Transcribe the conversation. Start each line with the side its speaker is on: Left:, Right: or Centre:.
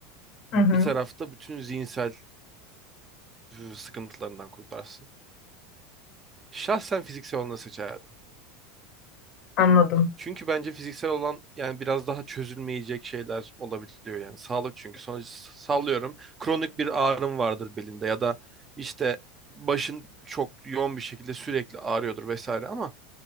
Left: Hı hı,
Right: Bir tarafta bütün zihinsel e, sıkıntılarından kurtarsın. Şahsen fiziksel olanı seçerdim.
Left: anladım.
Right: Çünkü bence fiziksel olan yani biraz daha çözülmeyecek şeyler olabiliyor yani. Sağlık çünkü sonuç sallıyorum. Kronik bir ağrım vardır belinde ya da işte başın çok yoğun bir şekilde sürekli ağrıyordur vesaire ama